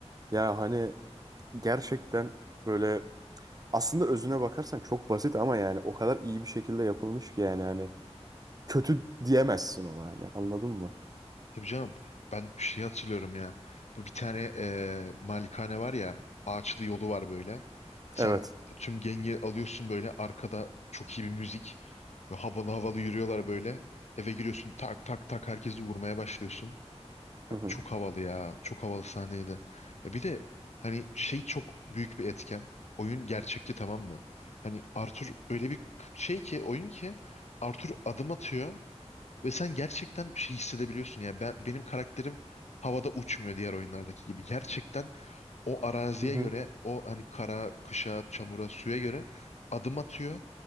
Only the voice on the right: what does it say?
Ya hani gerçekten böyle aslında özüne bakarsan çok basit ama yani o kadar iyi bir şekilde yapılmış ki yani hani kötü diyemezsin ona yani anladın mı?
Evet.
Hı hı.
Hı hı.